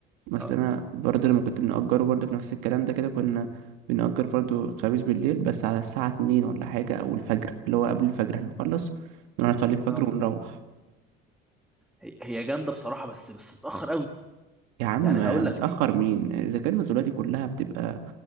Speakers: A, on the right; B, in the centre.
A: مثلا
B: اه
A: انا برضو لما كنت بنأجره برضو في نفس الكلام ده كده كنا بنأجر برضو الخميس بالليل بس على الساعة 2 ولا حاجة او الفجر اللي هو قبل الفجر احنا نخلص نروح نصلي الفجر
B: اه
A: ونروح
B: هي هي جامده بصراحه بس بس متاخر قوي
A: يا عم
B: يعني
A: ما
B: هقول
A: متأخر
B: لك في في
A: مين إذا كان نزولاتي كلها بتبقى